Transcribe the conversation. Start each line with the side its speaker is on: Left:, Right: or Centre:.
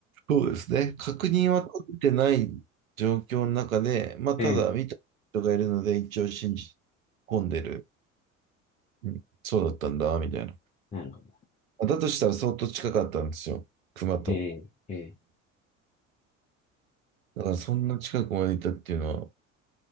Right: そうですね。確認は取ってない状況の中で、まあただ見た人がいるので一応信じ
Left: ええ
Right: 込んでる。うん、そうだったんだ、みたいな。
Left: なるほど。
Right: だとしたら相当近かったんですよ、クマと。
Left: ええええ
Right: だからそんな近くまでいたっていうのは、